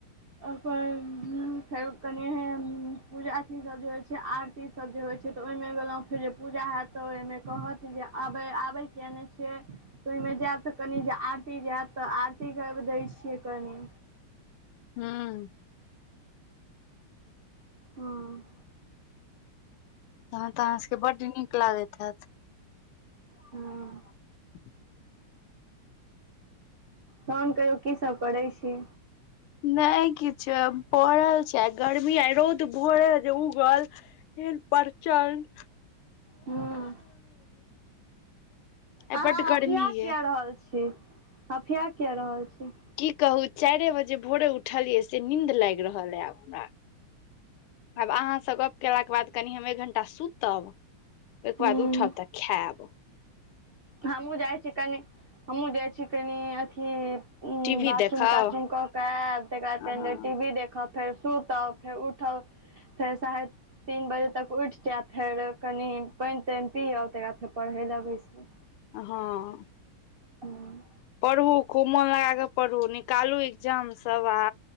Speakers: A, on the right; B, on the left.
A: फेर कनि पूजा अ सब जे होइ छै आरती सभ जे होइ छै तऽ ओहिमे गेलहुँ फेर जे पूजा होयत तऽ ओहिमे कहत जे आबे आबै किया नहि छियै। ओहिमे जायब तऽ कनि जे आरती जायत तऽ आरती करि दैत छियै कनि।
B: हम्म
A: हूँ
B: तहन तऽ अहाँ सबके बड्ड नीक लागैत हैत?
A: हँ
B: <inaudible>
A: तहन कहियौ की सब करै छी?
B: नहि किछ पड़ल छै, आ गर्मी आ रौद भोरेजे उगल हेल परचण्ड
A: ह्म्म
B: आइ
A: अहाँ
B: बड्ड गर्मी
A: हफिया
B: ये
A: किया रहल छी? जी अफिया किया रहल छी?
B: की कहू चाइरे बजे भोरे उठलियै से नींन्द लाइग रहल अय आब हमरा आब अहाँ सँ गप केलाक बाद कनि हम एक घण्टा सुत तब ओय के
A: हूँ
B: बाद उठब तऽ खैब
A: हमहुँ जाइ छी कनि हमहुँ जाइ छी कनि अथी अं
B: टी वी
A: बाथरूम
B: देखाउ
A: ताथरूम कऽ तेब तेकर बाद
B: हँ
A: कनि देर टीवी देखब फेर सुतब फेर उठब फेर सा तीन बजे तक उठि जाय फेर कनि पइन तइन पियब तेकर बाद फेर पढ़य लै बैसब
B: हँ
A: हुँ
B: पढ़ू खूब मोन लगा कऽ पढ़ू निकालू इग्जाम सब आ